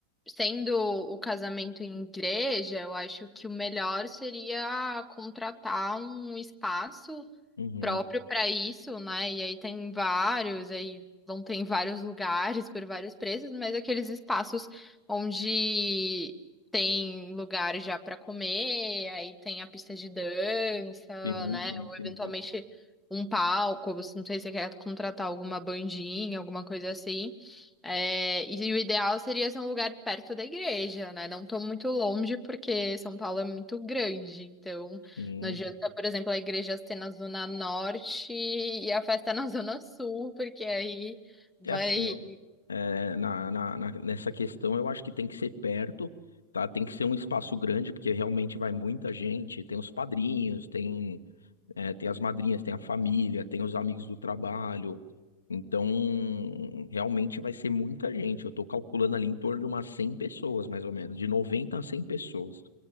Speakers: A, in the centre; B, on the left.
A: sendo o casamento em igreja, eu acho que o melhor seria contratar um espaço.
B: Uhum.
A: próprio para isso, né? E aí tem vários, aí vão ter em vários lugares por vários preços, mas aqueles espaços onde tem lugar já para comer, aí tem a pista de dança,
B: Sim,
A: né?
B: sim,
A: Ou eventualmente
B: sim, sim.
A: um palco, você não sei se você quer contratar alguma bandinha, alguma coisa assim. É, e o ideal seria ser um lugar perto da igreja, né? Não tô muito longe, porque São Paulo é muito grande, então
B: Sim,
A: não adianta, por exemplo, a igreja ser na Zona Norte e a festa é na <laughs> Zona Sul, porque aí vai.
B: É assim, ó. É, na, na, na- nessa questão, eu acho que tem que ser perto, tá? Tem que ser um espaço grande, porque realmente vai muita gente. Tem os padrinhos, tem, é, tem as madrinhas, tem a família, tem os amigos do trabalho. Então, realmente vai ser muita gente. Eu tô calculando ali em torno de umas 100 pessoas, mais ou menos, de 90 a 100 pessoas,